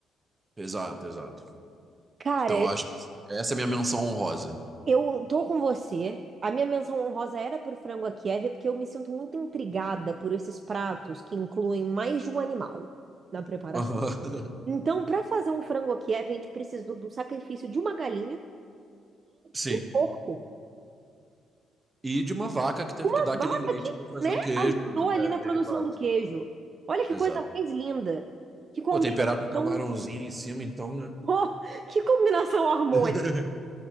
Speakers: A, on the right; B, on the right.
A: Exato, exato.
B: Cara,
A: Então, eu acho que essa é a minha menção honrosa.
B: eu tô com você. A minha menção honrosa era por frango à Kiev, porque eu me sinto muito intrigada por esses pratos que incluem mais de um animal na preparação.
A: <laughs> Aham.
B: Então, para fazer um frango à Kiev, a gente precisou do sacrifício de uma galinha,
A: Sim.
B: de um porco,
A: E de uma vaca que teve
B: uma
A: que dar aquele
B: vaca
A: leite
B: que,
A: pra fazer
B: né,
A: o queijo,
B: ajudou ali
A: né,
B: na produção
A: derivado.
B: do queijo. Olha que
A: Exato.
B: coisa mais linda, que combinação
A: Pô, temperar com camarãozinho em cima, então, né?
B: <laughs> Oh, que combinação harmônica!
A: <laughs>